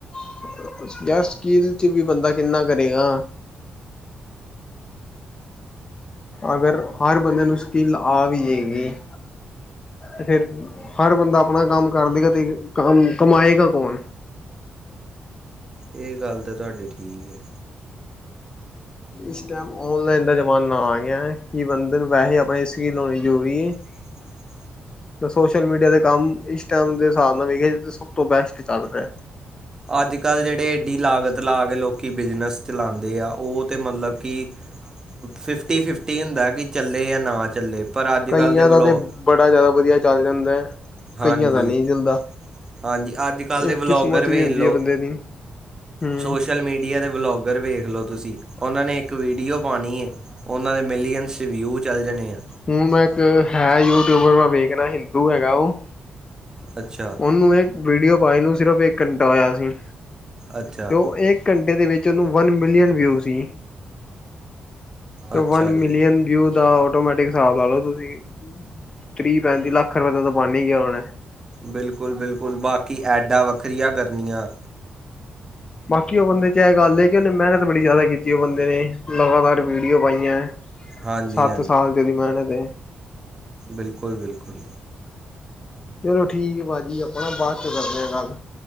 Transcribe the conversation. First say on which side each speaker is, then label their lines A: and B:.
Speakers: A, on the left; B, on the right.
A: <unintelligible> ਯ ਸਕੀਲ 'ਚ ਵੀ ਬੰਦਾ ਕਿਨਾ ਕਰੇਗਾ? ਅਗਰ ਹਰ ਬੰਦੇ ਨੂੰ ਸਕਿੱਲ ਆ ਵੀ ਜਾਵੇਗੀ- ਤੇ ਫੇਰ ਹਰ ਬੰਦਾ ਆਪਣਾ ਕੰਮ ਕਰ ਦੇਗਾ ਤੇ ਕਮ ਕਮਾਏਗਾ ਕੌਣ?
B: ਇਹ ਗੱਲ ਤਾਂ ਤੁਹਾਡੀ ਠੀਕ ਹੈ।
A: ਇਸ ਟਾਈਮ ਓਨਲਾਈਨ ਦਾ ਜ਼ਮਾਨਾ ਆ ਗਿਆ ਕਿ ਬੰਦੇ ਵੈਸੇ ਆਪਣੇ <inaudible> ਹੋਣੀ ਜ਼ਰੂਰੀ।
B: <inaudible>
A: ਤ ਸੋਸ਼ਲ ਮੀਡੀਆ ਦੇ ਕਮ ਇਸ ਟਾਈਮ ਦੇ ਹਿਸਾਬ ਨਾਲ ਸਭ ਤੋ ਬੈਸਟ ਚਲ ਰਿਹਾ।
B: ਅੱਜ- ਕੱਲ ਜਿਹੜੇ ਐਡੀ ਲਾਗਤ ਲਾ ਕੇ ਲੋਕ ਬਿਜ਼ਨਸ ਚਲਾਉਦੇ ਆ। ਉਹ ਤਾਂ ਮਤਲਬ ਕਿ- ਫਿਫਟੀ- ਫਿਫਟੀ ਹੁੰਦਾ ਕਿ ਚਲੇ ਜਾ ਨਾ ਚੱਲੇ। ਪਰ ਅੱਜ
A: ਕਈਆਂ
B: ਕੱਲ੍ਹ ਦੇ ਵਲੋਗ
A: ਦਾ ਤੇ ਬੜਾ ਜ਼ਿਆਦਾ ਵਧੀਆ ਚਲ ਜਾਦਾ ਐ।
B: ਹਾਂਜੀ
A: ਕਈਆਂ ਦਾ ਨਹੀ ਚੱਲਦਾ।
B: ਹਾਂਜੀ ਅੱਜ ਕੱਲ੍ਹ
A: ਇਹ
B: ਦੇ ਵਲੋਗਰ
A: ਕਿਸਮਤ
B: ਵੇਖ
A: ਵੀ ਹੁੰਦੀ
B: ਲਓ
A: ਹੈ। ਬੰਦੇ ਦੀ- ਹਮ
B: ਸੋਸ਼ਲ ਮੀਡੀਆ ਦੇ ਵਲੋਗਰ ਵੇਖ ਲਓ ਤੁਸੀ ਉਹਨਾ ਨੇ ਇਕ ਵੀਡੀਓ ਪਾਉਣੀ ਹੈ। ਉਹਨਾਂ ਦੇ ਮਿਲੀਅਨਸ ਵਿਊ ਚੱਲ ਜਾਣੇ ਆ।
A: ਹੁਣ ਮੈ ਇਕ ਹੈ। ਯੂਟਿਊਬ ਮੈ ਵੇਖਣਾ ਹਿੰਦੂ ਹੈਗਾ ਉਹ-
B: ਅੱਛਾ
A: ਉਹਨੂੰ ਇਕ ਵੀਡੀਓ ਪਾਈ ਨੂੰ ਸਿਰਫ਼ ਇਕ ਘੰਟਾ ਹੋਇਆ ਸੀ
B: ਅੱਛਾ
A: ਤੇ ਉਹ ਇ- ਕ ਘੰਟੇ ਦੇ ਵਿਚ ਉਹਨੂੰ ਵਨ ਮਿਲੀਅਨ ਵਿਊ ਸੀ।
B: ਅੱਛਾ
A: ਵਨ ਮਿਲੀਅਨ
B: ਜੀ
A: ਵਿਊ ਦਾ ਆਟੋਮੈਟਿਕ ਹਿਸਾਬ ਲਾ ਲਓ ਤੁਸੀਂ, ਤੀਹ ਪੈਂਤੀ ਲੱਖ ਰੁਪਏ ਦਾ ਤਾਂ ਬਣ ਹੀ ਗਿਆ ਹੋੁਣਾ?
B: ਬਿਲਕੁਲ-ਬਿਲਕੁਲ, ਬਾਕੀ ਐਡਾਂ ਵੱਖਰੀਆਂ ਕਰਨੀਆਂ
A: ਬਾਕੀ ਉਹ ਬੰਦੇ ਚ ਇਹ ਗੱਲ ਕਿ ਉਹਨੇ ਮਿਹਨਤ ਬੜੀ ਜ਼ਿਆਦਾ ਕੀਤੀ ਉਹ ਬੰਦੇ ਨੇ ਲਗਾਤਾਰ ਵੀਡੀਓ ਪਾਈਐਂ
B: ਹਾਂਜੀ
A: ਸੱਤ ਸਾਲ <inaudible> ਮਿਹਨਤ <unintelligible>
B: ਬਿਲਕੁਲ-ਬਿਲਕੁਲ
A: ਚਲੋ ਠੀਕ ਆ ਭਾਜੀ ਆਪਾਂ ਨਾ ਬਾਅਦ ਚ ਕਰਦੇ ਹਾਂ ਗੱਲ?